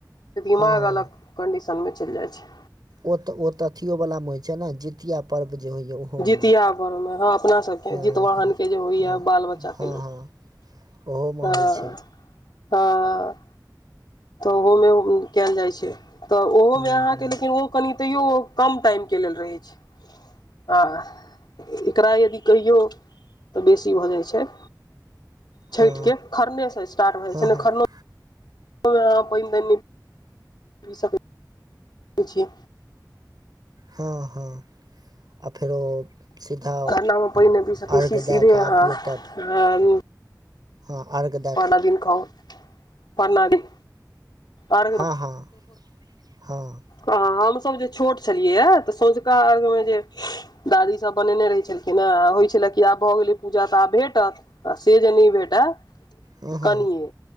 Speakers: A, on the left (about 80°); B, on the right (about 70°).
A: से दिमाग
B: हँ हँ
A: अलग कन्डिशनमे चलि जाइ छैय।
B: ओ तऽ ओ तऽ अथियोवलामे होइ छैय ने जितिया पर्व जे होइए ओ ओमे,
A: जितिया परमे हँ अपना सबके
B: हँ-
A: जितवाहन
B: ह-
A: के जे होइया
B: हँ-
A: बाल बच्चा
B: हँ-
A: के लेल
B: हँ। ओहोमे
A: हँ-
B: होइ छै
A: हँ। तऽ ओहोमे उ कायल जाइ छैय त ओहोमे
B: हूँ
A: अहाँके
B: हूँ
A: लेकिन ओ कनि तैयो ओ कम टाइम के लेल रहै छैय आ एकरा यदि कहियौ त बेसी भ जाइ छैय। छैठिके
B: हँ
A: खरने से स्टार्ट भ जाय
B: हँ
A: छैय ने
B: हँ
A: खरनो मे अहाँ पानि-तानि नय पी सकैय छी।
B: हँ -हँ आ फेरो सीधा
A: खरनामे पइन नहि पी सकैय
B: अर्घ
A: छी
B: दए
A: सीधे
B: कऽ
A: अहाँ
B: आबियौ तब हँ अर्ग
A: परना दिन खाउ, परना दिन अर्घ
B: हँ -हँ- हँ।
A: ह हमसब जे छोट छलियै है त सोंझका अर्घ्यमे जे दादीसब बनेने रहै छलखिन हेँ आ होइ छलै कि आब भऽ गेलै पूजा तऽ आब भेटत आ से जे नहि भेटै
B: हँ हँ
A: कनियै।